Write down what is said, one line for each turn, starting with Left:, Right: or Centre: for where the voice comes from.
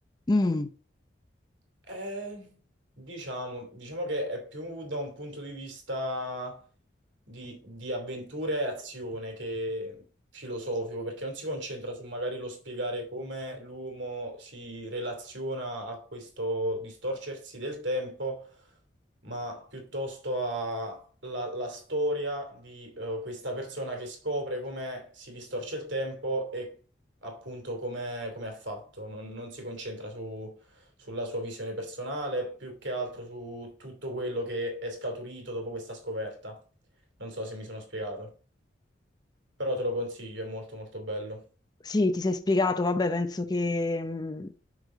Left: Mm.
Right: Eh, diciamo, diciamo che è più da un punto di vista di, di avventure e azione che filosofico, perché non si concentra su magari lo spiegare come l'uomo si relaziona a questo distorcersi del tempo, ma piuttosto alla storia di eh, questa persona che scopre come si distorce il tempo e appunto come, come ha fatto. non non si concentra su sulla sua visione personale, più che altro su tutto quello che è scaturito dopo questa scoperta. Non so se mi sono spiegato, però te lo consiglio, è molto molto bello.
Left: Sì, ti sei spiegato, vabbè, penso che, mh,